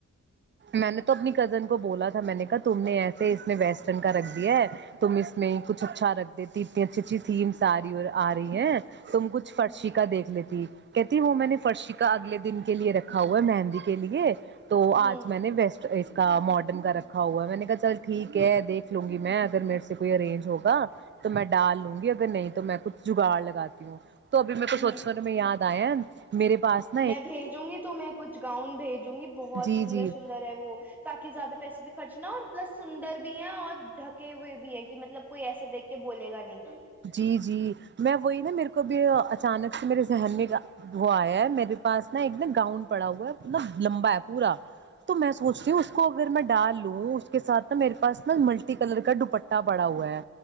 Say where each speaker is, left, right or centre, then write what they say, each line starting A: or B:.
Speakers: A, on the right; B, in the centre.
A: میں نے تو اپنی کزن کو بولا تھا میں نے کہا تم نے ایسے اس میں ویسٹرن کا رکھ دیا ہے تم اس میں کچھ اچھا رکھ دیتی اتنی اچھی اچھی تھیمس آ رہی اور آ رہی ہیں <unintelligible> تم کچھ
B: ہے
A: فرش
B: جی
A: کاا دیکھ لیتی <unintelligible> کہتی وہ میں نے فرشی کا اگلے دن کے لیے رکھا ہوا ہے مہندی کے لیے <unintelligible> تو
B: ہ
A: آج <inaudible> اس کا ماڈرن کا رکھا ہوا ہے میں نے کہا چل ٹھیک ہے دیکھ لوں گی میں اگر میرے سے کوئی ارینج ہوگا تو میں ڈال لوں گی اگر نہیں تو میں کچھ جگاڑ لگاتی ہوں <unintelligible> تو ابھی م کو
B: ہ
A: سوچ سنے میں یاد آیا ہے نا <unintelligible> ج <inaudible> پاس
B: میں بھیجوں گی تو میں کچھ گاؤن بھیجوں گی بہت
A: جی
B: سندر
A: جی
B: سندر <unintelligible> انر ہے وہ تاکہ زیادہ پیسے بھی خرچنا اور <unintelligible> مطلب سندر بھی ہیں اور ڈھکے ہوئے بھی ہیں کہ مطلب کوئی ایسا دیکھ کے بولے گا نہیں
A: جی جی میں وہی نا میرے کو اچانک سے میرے ذہن میں وہ آیا ہے میرے پاس نا ایک نا گاؤن پڑا ہوا ہے مطلب لمبا ہے پورا <unintelligible> تو میں سوچتی ہوں اس کو اگر میں ڈال لوں اس کے سھ میرے پسنل ملٹی کلر کا دپٹہ <unintelligible> پڑا ہوا ہے